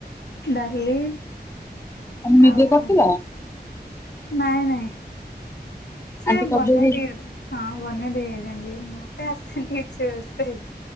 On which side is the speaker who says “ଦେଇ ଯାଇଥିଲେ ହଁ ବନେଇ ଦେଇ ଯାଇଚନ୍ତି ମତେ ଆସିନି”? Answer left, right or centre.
Left